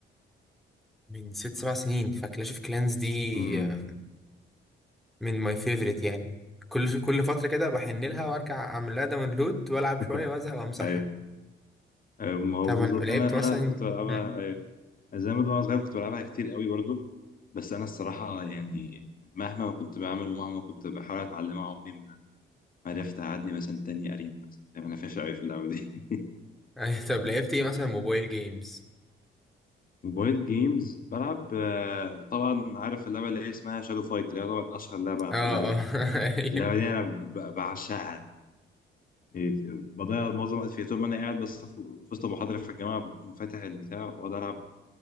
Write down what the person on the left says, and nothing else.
مم.
<laughs>
أيوه أيوه ما هو
بالظبط
أنا
أنا كنت بلعبها
أيوه زي ما وانا صغير كنت بلعبها كتير قوي برضو بس انا الصراحه يعني مهما كنت بعمل ومهما كنت بحاول اتعلمها عمري ما عرفت اعدي مثلا تاني قرين مثلا يعني انا فاشل قوي في اللعبه دي <laughs>
موبايل جيمز بلعب آه، طبعا عارف اللعبه اللي هي اسمها شادو فايت اللي هي طبعا اشهر لعبه على
الموبايل يعني
اللعبه دي انا ب- بعشقها يعني بضيع معظم الوقت فيها طول ما انا قاعد بس في في وسط المحاضره في الجامعه فاتح البتاع واقعد العب